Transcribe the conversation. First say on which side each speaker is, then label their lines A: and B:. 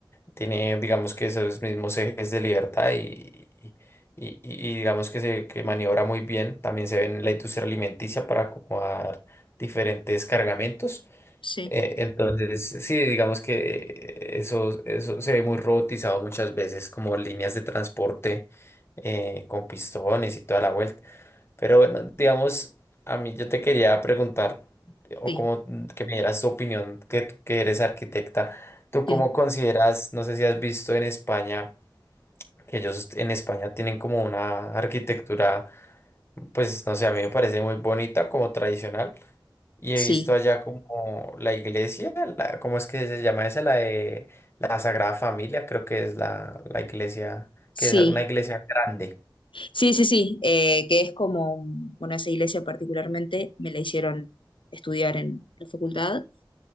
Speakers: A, on the left (about 30°); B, on the left (about 80°).
A: tiene, digamos que esos mismos ejes de libertad y, y- y- y digamos que se que maniobra muy bien. También se ve en la industria alimenticia para acomodar diferentes cargamentos.
B: sí,
A: Eh, entonces, sí, digamos que eh, eso, eso se ve muy robotizado muchas veces, como líneas de transporte eh, con pistones y toda la vuelta. Pero bueno, digamos, a mí yo te quería preguntar, o
B: sí,
A: como que me dieras tu opinión, que tú que eres arquitecta, ¿tú
B: sí,
A: cómo consideras, no sé si has visto en España, que ellos en España tienen como una arquitectura, pues no sé, a mí me parece muy bonita, como tradicional, y
B: sí,
A: he visto allá como la iglesia, la, ¿cómo es que se llama esa? La de la Sagrada Familia, creo que es la, la iglesia,
B: sí,
A: que es una iglesia grande.
B: sí, sí, sí, eh, que es como, mm, bueno, esa iglesia particularmente me la hicieron estudiar en la facultad.